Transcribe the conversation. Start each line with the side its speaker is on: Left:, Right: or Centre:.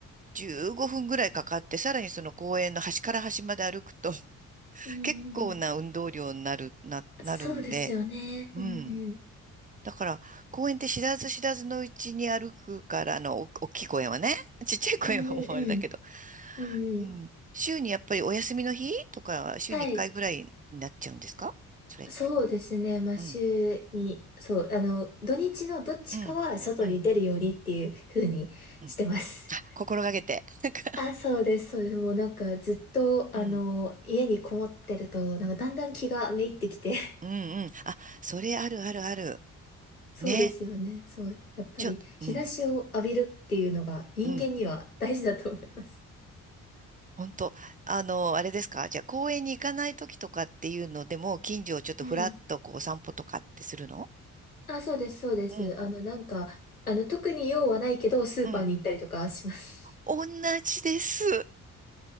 Right: 15分ぐらいかかって、さらにその公園の端から端まで歩くと、<laughs>
Left: うんうん。
Right: 結構な運動量になる、な、なるんで、
Left: そうですよね。
Right: うん。
Left: うんうん。
Right: だから、公園って知らず知らずのうちに歩くから、あの、お大きい公園はね。<laughs> ちっちゃい公園はもうあれだけど。
Left: うんうんうん。うんうん。
Right: うん。週にやっぱりお休みの日とか、週に1回ぐらいになっちゃうんですかそれって。
Left: はい。そうですね。まあ、
Right: うん。
Left: 週に、そう、あの、土日のどっちかは外に出るようにっていう風にしてます。
Right: うん。うん。うん。心がけて。<laughs> なんか
Left: あ、そうです。そうです。もうなんかずっと、
Right: うん。
Left: あの、家にこもってると、なんかだんだん気がめいってきて。<laughs>
Right: うん。うん。あ、それあるあるある。
Left: そうですよね。
Right: ね。
Left: そう。やっぱり日差しを浴びるっていうのが人間には大事だと思います。
Right: ちょっと、うん。うん。本当あの、あれですかじゃあ公園に行かない時とかっていうのでも、近所をちょっとふらっとこう散歩とかってするの
Left: うん。あ、そうです、そうです。
Right: うん。
Left: あの、なんか、あの、特に用はないけど、スーパーに行ったりとかします。
Right: うん。
Left: <laughs>
Right: 同じです。